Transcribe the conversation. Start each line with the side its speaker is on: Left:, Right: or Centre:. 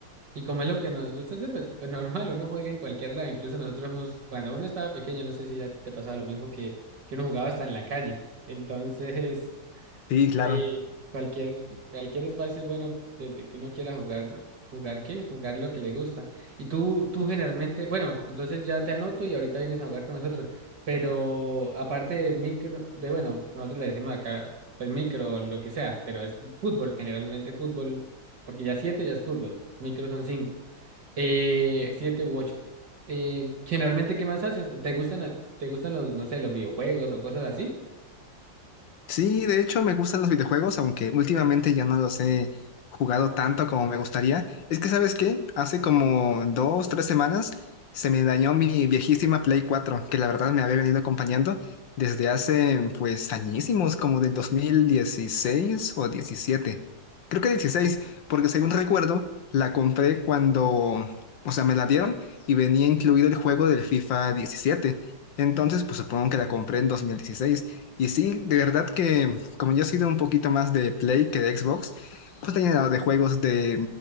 Right: y como es lo que nos gusta hacer, pues, pues normal, uno juega en cualquier lado, incluso nosotros hemos, cuando uno estaba pequeño, no sé si ya te pasaba lo mismo que, que uno jugaba hasta en la calle, entonces
Left: Sí, claro.
Right: eh, cualquier, cualquier espacio es bueno desde que uno quiera jugar, ¿jugar qué? Jugar lo que le gusta. Y tú, tú generalmente, bueno, entonces ya te anoto y ahorita vienes a jugar con nosotros. Pero aparte de micro, de bueno, nosotros le decimos acá, pues micro, lo que sea, pero es fútbol, generalmente fútbol, porque ya siete ya es fútbol, micro son cinco, eh, siete u ocho. Eh, generalmente, ¿qué más haces? ¿Te gustan, a- te gustan los, no sé, los videojuegos o cosas así? <laughs>
Left: Sí, de hecho me gustan los videojuegos, aunque últimamente ya no los he jugado tanto como me gustaría. Es que, ¿sabes qué? Hace como dos, tres semanas se me dañó mi viejísima Play 4, que la verdad me había venido acompañando desde hace pues añísimos, como del dos mil dieciséis o diecisiete. Creo que 16, porque según recuerdo, la compré cuando, o sea, me la dieron y venía incluido el juego del FIFA 17. Entonces, pues supongo que la compré en 2016. Y sí, de verdad que como yo he sido un poquito más de Play que de Xbox, pues tenía llenado de juegos de,